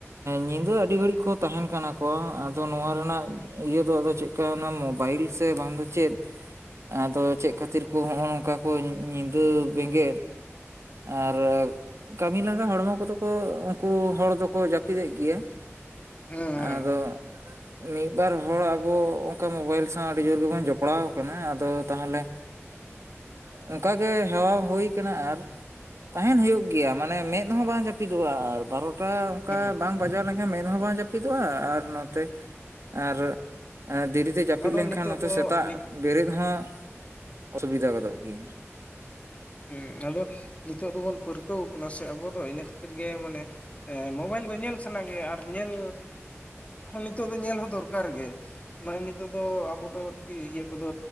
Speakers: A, on the right; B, on the left.
A: ᱧᱤᱫᱟᱹ ᱟᱹᱰᱤ ᱜᱷᱟᱹᱲᱤᱡ ᱠᱚ ᱛᱟᱦᱮᱱ ᱠᱟᱱᱟ ᱠᱚ ᱟᱫᱚ ᱱᱚᱣᱟ ᱨᱮᱱᱟᱜ ᱤᱭᱟᱹ ᱫᱚ ᱟᱫᱚ ᱪᱮᱫ ᱠᱟ ᱚᱱᱟ ᱢᱳᱵᱟᱭᱤᱞ ᱥᱮ ᱵᱟᱝ ᱫᱚ ᱪᱮᱫ ᱟᱫᱚ ᱪᱮᱫ ᱠᱷᱟᱹᱛᱤᱨ ᱠᱚ ᱦᱚᱜ-ᱚ ᱱᱚᱝᱠᱟ ᱠᱚ ᱧᱤ ᱵᱮᱸᱜᱮᱫ ᱟᱨ ᱠᱟᱹᱢᱤ ᱞᱟᱸᱜᱟ ᱦᱚᱲᱢᱚ ᱠᱚᱫᱚ ᱠᱚ ᱩᱱᱠᱩ ᱦᱚᱲ ᱫᱚᱠᱚ ᱡᱟᱹᱯᱤᱫᱮᱫ ᱜᱮᱭᱟ
B: ᱦᱮᱸ
A: ᱟᱫᱚ ᱢᱤᱫ ᱵᱟᱨ ᱦᱚᱲ ᱟᱵᱚ ᱚᱱᱠᱟ ᱢᱳᱵᱟᱭᱤᱞ ᱥᱟᱶ ᱟᱹᱰᱤ ᱡᱳᱨ ᱜᱮᱵᱚᱱ ᱡᱚᱯᱲᱟᱣ ᱟᱠᱟᱱᱟ ᱟᱫᱚ ᱛᱟᱦᱚᱞᱮ ᱚᱱᱠᱟᱠ ᱜᱮ ᱦᱮᱣᱟ ᱦᱩᱭ ᱠᱟᱱᱟ ᱟᱨ ᱛᱟᱦᱮᱱ ᱦᱩᱭᱩᱜ ᱜᱮᱭᱟ ᱢᱟᱱᱮ ᱢᱮᱫ ᱦᱚᱸ ᱵᱟᱝ ᱡᱟᱹᱯᱤᱫᱚᱜᱼᱟ ᱟᱨ ᱵᱟᱨᱚ ᱴᱟ ᱚᱱᱠᱟ
B: ᱦᱮᱸ ᱦᱮᱸ
A: ᱵᱟᱝ ᱵᱟᱡᱟᱣ ᱞᱮᱱᱠᱷᱟᱱ ᱢᱮᱫᱦᱚ ᱵᱟᱝ ᱡᱟᱹᱯᱤᱫᱚᱜᱼᱟ ᱟᱨ ᱱᱚᱛᱮ ᱟᱨ ᱟᱨ ᱫᱤᱨᱤ ᱛᱮ ᱡᱟᱹᱯᱤᱫ
B: ᱟᱫᱚ
A: ᱞᱮᱱᱠᱷᱟᱱ
B: ᱱᱤᱛᱚᱜ
A: ᱱᱚᱛᱮ
B: ᱫᱚ
A: ᱥᱮᱛᱟᱜ
B: ᱱᱤᱛ
A: ᱵᱮᱨᱮᱫ ᱦᱚᱸ ᱚᱥᱩᱵᱤᱫᱷᱟ ᱜᱚᱫᱚᱜ ᱜᱮᱭᱟ
B: ᱦᱩᱸ ᱟᱫᱚ ᱱᱤᱛᱚᱜ ᱫᱚᱵᱚᱱ ᱯᱟᱹᱨᱠᱟᱹᱣ ᱠᱟᱱᱟ ᱥᱮ ᱟᱵᱚ ᱫᱚ ᱤᱱᱟᱹ ᱠᱷᱟᱹᱛᱤᱨ ᱜᱮ ᱢᱟᱱᱮ ᱮ ᱢᱳᱵᱟᱭᱤᱞ ᱫᱚ ᱧᱮᱞ ᱥᱟᱱᱟ ᱜᱮᱭᱟ ᱟᱨ ᱧᱮᱞ ᱦᱚ ᱱᱤᱛᱚᱜ ᱫᱚ ᱧᱮᱞ ᱦᱚᱸ ᱫᱚᱨᱠᱟᱨ ᱜᱮ ᱢᱟᱝ ᱱᱤᱛᱚᱜ ᱫᱚ ᱟᱵᱚᱫ ᱫᱚ ᱴᱤ ᱤᱭᱟᱹ ᱠᱚᱫᱚ